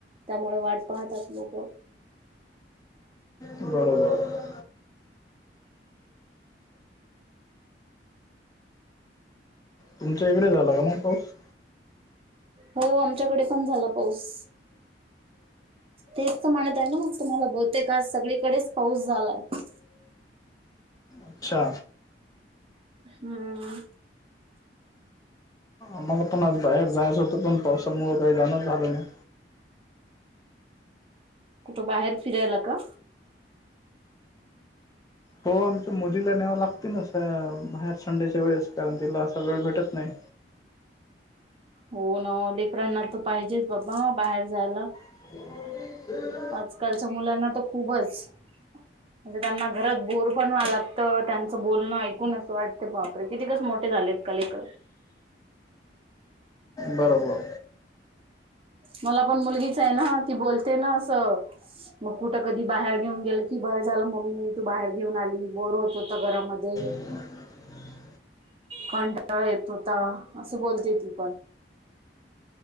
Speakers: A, on the right; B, on the left.
A: त्यामुळे वाट पाहतात लोक
B: बरोबर तुमच्या इकडे झाला का मग पाऊस
A: हो आमच्याकडे पण झाला पाऊस तेच तर म्हणत आहे ना मग तुम्हाला बहुतेय का आज सगळीकडेच पाऊस झालाय
B: अच्छा
A: हम्म
B: आम्हाला पण आज बाहेर जाय अससतो पण पाऊसा मू काय जाण झाल नाही
A: कुठं बाहेर फिरायला का?
B: हो आमच्या मोदीला न्यावं लागते ना ह्यार संडेच्या वेळेस कारण तिला असा वेळ भेटत नाही
A: हो ना लेकराना तर पाहिजेच बाबा बाहेर जायला
B: <inaudible>
A: आजकालच्या मुलांना तर खूपच म्हणजे त्यांना घरात बोर पण वा लागत त्यांचं बोलणं ऐकून असं वाटते पपरे किती कस मोठे झालेत कलेिक
B: बरोबर
A: मला पण मुलगीच आहे ना ती बोलते ना असं मग कुठं कधी बाहेर घेऊन गेलं की बरं झालं मम्मी तू बाहेर घेऊन आली बोर होत होत घरामध्ये
B: <inaudible>
A: कंटाळा येत होता असं बोलते ती पण